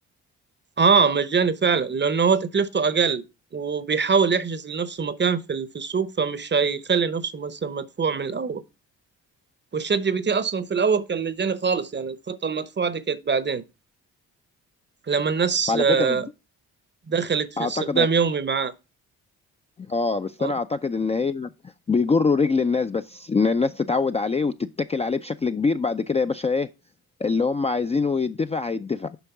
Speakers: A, on the right; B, on the left.
A: اه مجاني فعلا لان هو تكلفته اقل وبيحاول يحجز لنفسه مكان في ال- في السوق فمش هيخلي نفسه مثلا مدفوع من الاول والشات جي بي تي اصلا في الاول كان مجاني خالص يعني الخطه المدفوعه دي كانت بعدين لما الناس
B: وعلى
A: آه،
B: فكره
A: دخلت في
B: اعتقد
A: استخدام يومي معاه
B: اه بس
A: اه
B: انا اعتقد ان هي بيجروا رجل الناس بس ان الناس تتعود عليه وتتكل عليه بشكل كبير بعد كده يا باشا ايه اللي هم عايزينه يدفع هيدفع